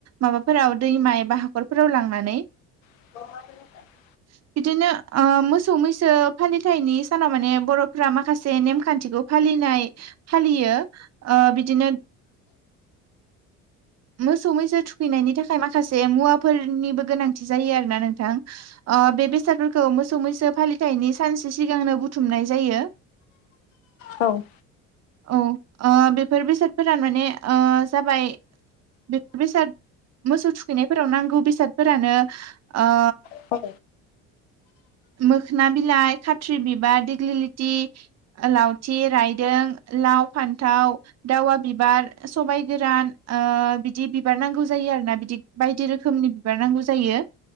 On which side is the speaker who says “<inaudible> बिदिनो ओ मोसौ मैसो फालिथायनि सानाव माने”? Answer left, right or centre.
Right